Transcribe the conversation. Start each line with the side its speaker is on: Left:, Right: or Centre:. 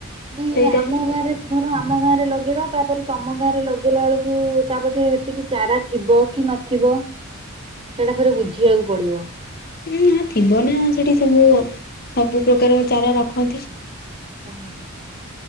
Right: ମାନେ
Left: ସେଇଟା
Right: ଆମ
Left: ହିଁ
Right: ଗାଁରେ ଧର ଆମ ଗାଁ ରେ ଲଗେଇବା ତାପରେ ତମ ଗାଁ ରେ ଲଗେଇଲା ବେଳକୁ ତା ପାଖେ ହେତିକି ଚାରା ଥିବ କି ନଥିବ ସେଇଟା ଥରେ ବୁଝିବାକୁ ପଡିବ।
Left: ନା ଥିବ ନା ସେଠି ସବୁ ସବୁ ପ୍ରକାର ଚାରା ରଖନ୍ତି।
Right: ହଁ। ମୁଁ